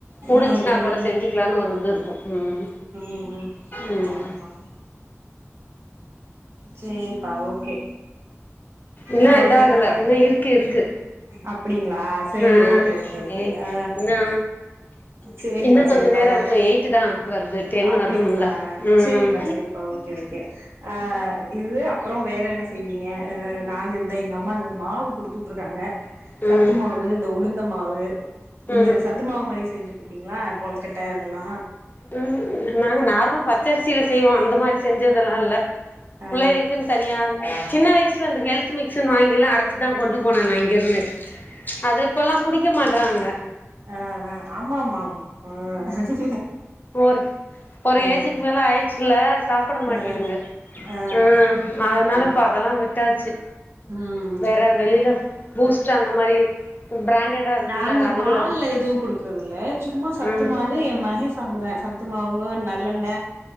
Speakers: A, on the left; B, on the right.
A: முடிஞ்ச்சுனா
B: ம் ம்
A: கூட
B: ம்
A: செஞ்சுக்லானு ஒரு இது இருக்கு, ம்,
B: ம் ம்
A: ம்
B: ஆமா சேரிப்பா ஓகே
A: இன்னு
B: ஆ,
A: இதாகல
B: ஓகே அப்பறோ
A: இன்னு இருக்கு இருக்கு
B: அப்டிங்ளா சேரி
A: ஆ
B: ஓகே ஓகே ஓகே
A: ஏ
B: ஆ
A: இன்னு
B: சேரிப்பா
A: இன்னு
B: சேரி
A: கொஞ்ச
B: பரவா
A: நேரோ இருக்கு எயிட் தா வருது டென்
B: அப்டிங்ளா
A: வரணும்ல ம்
B: சேரிப்பா சேரிப்பா ஓகே ஓகே ஆ இது அப்றோ வேற என்ன செய்வீங்க ஆ நாங்க இந்த எங்க அம்மா மாவு குடுத்து வுட்ருக்காங்க சத்து
A: ம் ம்
B: மாவு இந்த உளுந்த மாவு <unintelligible> இந்த
A: ம்
B: சத்துமாவு மாரி செஞ்சு டுப்பீங்ளா கொழக்கட்ட அதெல்லா
A: உம் நாங்க நார்மல் பச்சரிசில செய்வோ அந்த மாரி செஞ்சதெல்லால்ல
B: ஆ
A: புள்ளைகளுக்குன்னு தனியா சின்ன வயசு ல அந்த ஹெல்த் மிக்சின் வாங்கிலா அரச்சிதா கொண்டு போன நா இங்கேருந்து அது இப்பல்லா குடிக்க மாட்டறாங்க
B: அஹ் அ ஹ் ஆமா ஆமா ஆமா ஆஹ்
A: ஒரு ஒரு ஏஜுக்கு
B: ஆ
A: மேல ஆயிட்ச்சுல்ல சாப் சாப்புட
B: ஆ
A: மாட்டிதுக
B: ஆ
A: ம் அதனால
B: ஆம்
A: இப்ப அதெல்லா விட்டாச்சு
B: ம்
A: வேற வெளில பூஸ்ட் அந்த மாரி பிராண்டடா இருக்குல்ல
B: நாங்க
A: அதுகளதா
B: பால்ல எதுவு குடுக்குறது இல்ல சும்மா சத்து
A: ம்
B: மாவு எ மக சாப்டுவ சத்து மாவு ந நல்லெண்ண